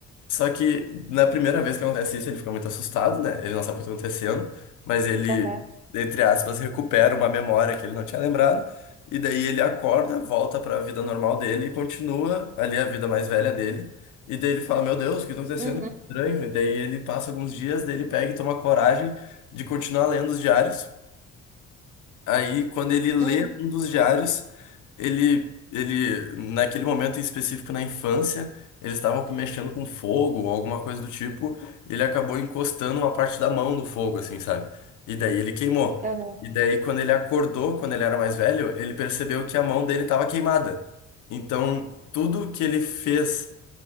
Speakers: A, on the left; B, on the right.
A: só que na primeira vez que acontece isso, ele fica muito assustado, né? Ele não sabe o que está acontecendo, mas ele,
B: aham.
A: entre aspas, recupera uma memória que ele não tinha lembrado, e daí ele acorda, volta para a vida normal dele e continua ali a vida mais velha dele. E daí ele fala: Meu Deus, o que está acontecendo?
B: Uhum.
A: Que Estranho. E daí ele passa alguns dias, daí ele pega e toma coragem de continuar lendo os diários. Aí, quando ele lê
B: Hum,
A: um dos diários, ele, ele, naquele momento em específico na infância, eles estavam mexendo com fogo ou alguma coisa do tipo, e ele acabou encostando uma parte da mão no fogo, assim, sabe? E daí ele queimou.
B: aham.
A: E daí, quando ele acordou, quando ele era mais velho, ele percebeu que a mão dele estava queimada. Então, tudo que ele fez